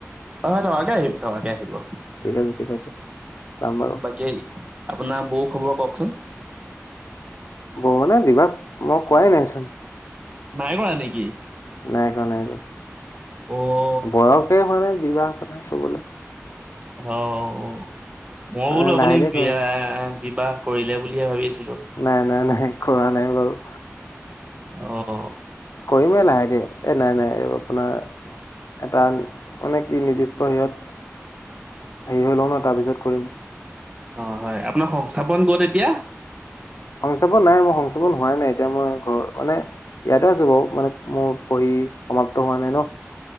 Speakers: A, on the right; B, on the left.
A: অহ হয় থকাকে আহিব থকাকে আহিব৷
B: ঠিকে আছে ঠিকে যাম বাৰু৷
A: কেই আপোনাৰ বৌ খবৰ কওঁকচোন?
B: বৌ মানে বিবাহ মই কোৱাই নাইচোন৷
A: নাই কৰা নেকি?
B: নাই কৰা নাই কৰা৷
A: অহ
B: বয়সে হোৱা নাই বিবাহ কথা কবলে৷
A: অঁহ মই
B: মানে
A: বোলো আপুনি
B: লাহে ধীৰে
A: বিয়া
B: কৰিম
A: বিবাহ কৰিলে বুলিহে ভাবি আছিলোঁ৷
B: নাই-নাই-নাই কৰা নাই বাৰু৷
A: অহ
B: কৰিম লাহে ধীৰে৷ এই নাই নাই এই আপোনাৰ এটা মানে কি নিৰ্দিষ্ট হেৰিত হেৰি হৈ লওঁ ন তাৰপিছত কৰিম৷
A: অঁহ হয় আপোনাৰ সংস্থাপন ক'ত এতিয়া?
B: সংস্থাপন নাই মই সংস্থাপন হোৱাই নাই এতিয়া মই ঘৰ মানে ইয়াতে আছো বাৰু মানে মোৰ পঢ়ি সমাপ্ত হোৱা নাই ন?